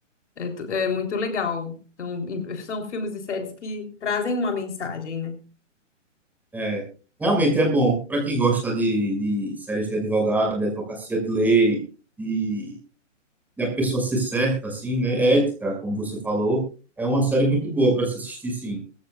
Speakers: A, on the left; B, in the centre.
A: é, tu- é muito legal. Então, em- são filmes e séries que trazem uma mensagem, né?
B: É, realmente é bom para quem gosta de, de séries de advogado, de advocacia de lei, de, de a pessoa ser certa, assim, né? É Ética, como você falou. É uma série muito boa para se assistir, sim.